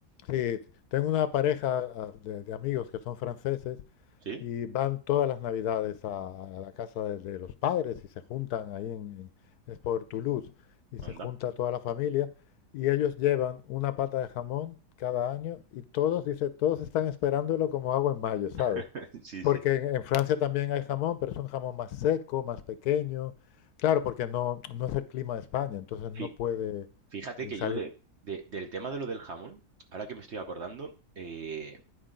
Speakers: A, on the left (about 70°); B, on the right (about 50°).
A: Sí, tengo una pareja ah, de, de amigos que son franceses
B: ¿Sí?
A: y van todas las navidades a, a la casa de, de los padres y se juntan ahí en, en- es por Toulouse, y se
B: Anda.
A: junta toda la familia y ellos llevan una pata de jamón cada año y todos, dice, todos están esperándolo como agua en mayo, ¿sabes?
B: <laughs> Sí,
A: Porque
B: sí.
A: en, en Francia también hay jamón, pero es un jamón más seco, más pequeño. Claro, porque no, no es el clima de España, entonces no
B: Sí,
A: puede
B: Fíjate
A: eh,
B: que
A: salir.
B: yo de, de- del tema de lo del jamón, ahora que me estoy acordando, eh,